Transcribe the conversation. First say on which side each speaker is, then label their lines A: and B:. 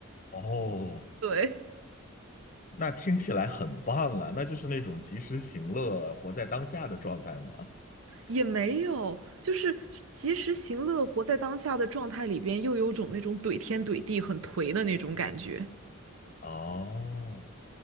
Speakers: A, on the left; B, on the right.
A: 哦，
B: 对，
A: 那听起来很棒啊，那就是那种及时行乐、活在当下的状态吗？
B: 也没有，就是及时行乐，活在当下的状态里边，又有种那种怼天怼地、很颓的那种感觉。
A: 哦，